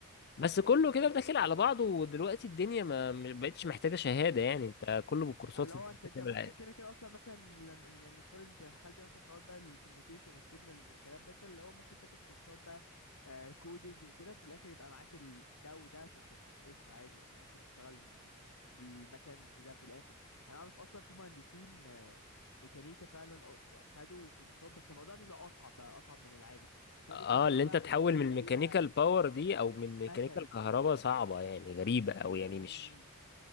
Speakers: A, on the left; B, on the left.
A: بس كله كده داخل على بعضه ودلوقتي الدنيا ما ما بقتش محتاجة شهادة يعني انت كله بالكورسات
B: اللي هو
A: انت
B: انت
A: ممكن
B: انت
A: تعمل
B: ممكن
A: عادي.
B: كده كده اصلا مثلا لن- يعني نفترض انت دخلت مثلا حوار بقى الكوميونيكيشن والسيجنال والكلام ده انت اللي هو ممكن تاخد كورسات بقى آه كودينج وكده في الاخر يبقى معاك ال- ده وده فانت قشطة عادي يعني ممكن تشتغل ال- مثلا ده في الاخر يعني اعرف اصلا في مهندسين آه ميكانيكا فعلا اه- خدوا كورسات بس الموضوع بيبقى اصعب بقى اصعب من العادي خدوا
A: اه
B: كورسات
A: اللي
B: بقى
A: انت
B: حاجات
A: تحول
B: اللي
A: من
B: هي
A: ميكانيكال باور دي او من ميكانيكال
B: مثلا
A: كهرباء صعبة يعني غريبة او يعني
B: مم.
A: مش